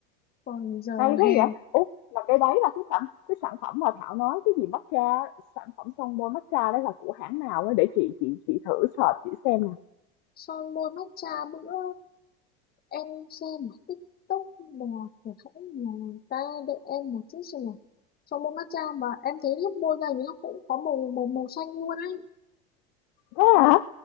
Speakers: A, on the left (about 30°); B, on the left (about 60°).
A: còn giờ
B: Hay thế
A: hè
B: vậy? Ủa, là cái đấy là cái sản cái sản phẩm mà Thảo nói cái gì matcha, sản phẩm son môi matcha đấy là của hãng nào ấy để chị chị chị thử search chị xem nè.
A: son môi matcha bữa em xem một TikTok là của hãng nhà ta để em một chút xem nào son môi matcha mà em thấy lúc môi ra thì nó cũng có màu màu màu xanh luôn ấy
B: Thế hả?